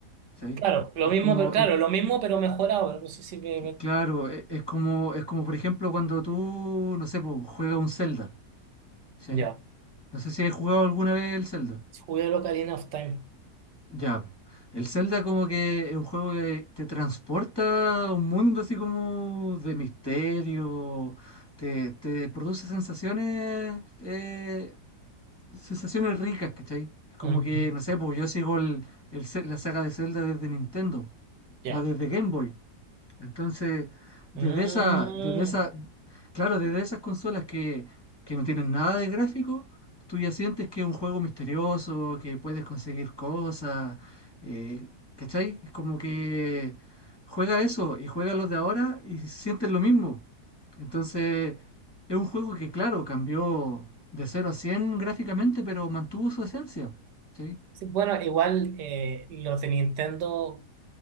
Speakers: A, on the left; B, on the right.
A: Sí,
B: Claro, lo
A: es
B: mismo,
A: como,
B: pero claro,
A: es,
B: lo mismo, pero mejorado. No sé si me- me-
A: claro, e- es, como, es como por ejemplo cuando tú, no sé, pues, juegas un Zelda, ¿sí?
B: ya.
A: No sé si has jugado alguna vez el Zelda.
B: Jugué lo Ocarina of Time.
A: Ya, el Zelda como que es un juego que te transporta a un mundo así como de misterio, te, te produce sensaciones, eh, sensaciones ricas, ¿cachai? Como
B: Ujú,
A: que, no sé, pues yo sigo el, el Ze- la saga de Zelda desde Nintendo,
B: Ya.
A: no desde Game Boy. Entonces, desde
B: Mm.
A: esa, desde esa, claro, desde esas consolas que, que no tienen nada de gráfico, tú ya sientes que es un juego misterioso, que puedes conseguir cosas, eh, ¿cachai? Es como que juega eso y juega los de ahora y sientes lo mismo. Entonces, es un juego que, claro, cambió de cero a 100 gráficamente, pero mantuvo su esencia, ¿sí?
B: Sí, bueno, igual eh, los de Nintendo.